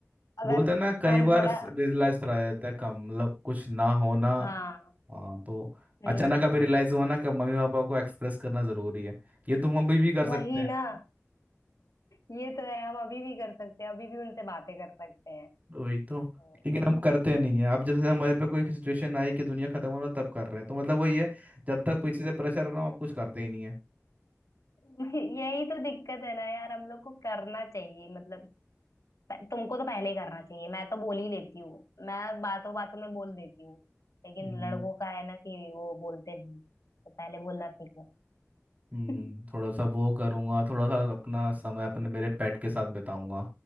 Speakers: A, on the left (about 85°); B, on the right (about 30°).
A: अगर
B: बोलते हैं ना कई
A: हम
B: बार
A: थोड़ा
B: रियलाइज कराया जाता है कम मतलब कुछ ना होना
A: हाँ
B: हाँ तो
A: हम्म
B: अचानक अभी रियलाइज हुआ ना कि मम्मी पापा को एक्सप्रेस करना जरूरी है ये तुम अभी भी कर
A: वही
B: सकते हैं
A: ना ये तो है हम अभी भी कर सकते हैं अभी भी उनसे बातें कर सकते हैं
B: वही
A: तो
B: तो लेकिन हम करते नहीं है अब जब से हमारे पे कोई सिचुएशन आई कि दुनिया खत्म होना तब कर रहे हैं तो मतलब वही है जब तक पीछे से प्रेशर ना हो आप कुछ करते ही नहीं है
A: <laughs> यही तो दिक्कत है ना यार हम लोग को करना चाहिए मतलब प- तुमको तो पहले करना चाहिए मैं तो बोल ही लेती हूँ मैं बातों बातों में बोल देती हूँ लेकिन
B: हम्म
A: लड़कों का है ना कि वो बोलते नहीं तो पहले बोलना सीखो
B: हम्म,
A: <laughs>
B: थोड़ा सा वो करूंगा थोड़ा सा अपना समय अपने मेरे पेट के साथ बिताऊंगा